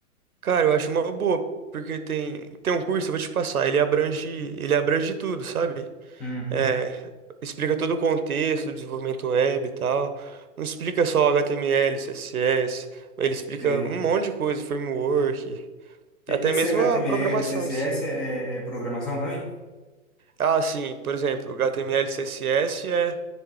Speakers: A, on the right; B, in the centre.
A: Cara, eu acho uma boa, porque tem tem um curso, eu vou te passar, ele abrange, ele abrange tudo, sabe?
B: Uhum.
A: É, explica todo o contexto do desenvolvimento web e tal. Não explica só HTML, CSS, ele explica
B: Você-
A: um monte de coisa, framework,
B: e-
A: até
B: Esse
A: mesmo
B: HTML,
A: a programação
B: CSS
A: em si.
B: é, é é programação também?
A: Ah, sim, por exemplo, HTML, CSS é,